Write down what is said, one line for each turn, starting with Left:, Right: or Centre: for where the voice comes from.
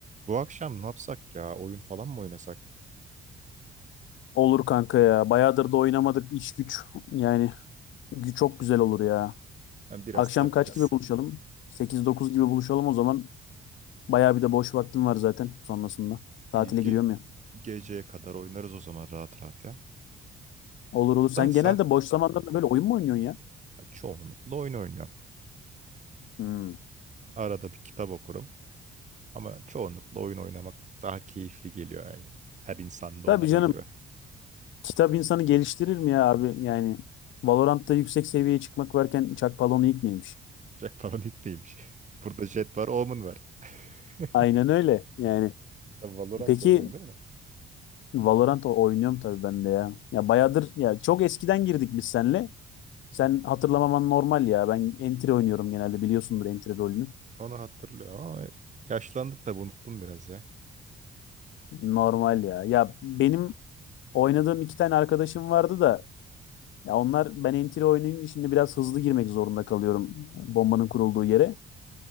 Right: Bu akşam ne yapsak ya? Oyun falan mı oynasak?
Left: Olur kanka ya. Bayağıdır da oynamadık iş güç. Yani gü- çok güzel olur ya.
Right: Hem biraz
Left: Akşam
Right: takılırız.
Left: kaç gibi buluşalım? Sekiz dokuz gibi buluşalım o zaman. Bayağı bir de boş vaktim var zaten sonrasında.
Right: İyi,
Left: Tatile
Right: ge-
Left: giriyorum ya.
Right: geceye kadar oynarız o zaman rahat rahat ya.
Left: Olur olur. Sen
Right: Da sen
Left: genelde boş zamanlarında böyle oyun mu oynuyorsun ya?
Right: çoğunlukla oyun oynuyorsun.
Left: Hmm.
Right: Arada bir kitap okurum. Ama çoğunlukla oyun oynamak daha keyifli geliyor yani. Her insanda
Left: Tabii
Right: olduğu
Left: canım.
Right: gibi.
Left: Kitap insanı geliştirir mi ya abi? Yani Valorant'ta yüksek seviyeye çıkmak varken Çakpalon'u ilk neymiş?
Right: Jack falan ilk neymiş? <laughs> Burada Jet var, Omen var. <laughs>
Left: Aynen öyle. Yani
Right: Sen Valorant
Left: peki
Right: oynuyorsun değil mi?
Left: Valorant o- oynuyorum tabii ben de ya. Ya bayağıdır ya çok eskiden girdik biz seninle. Sen hatırlamaman normal ya. Ben entry oynuyorum genelde biliyorsundur entry rolünü.
Right: Onu hatırlıyor ama yaşlandık da unuttum biraz ya.
Left: Normal ya. Ya benim oynadığım iki tane arkadaşım vardı da ya onlar ben entry oynayınca şimdi biraz hızlı girmek zorunda kalıyorum bombanın kurulduğu yere.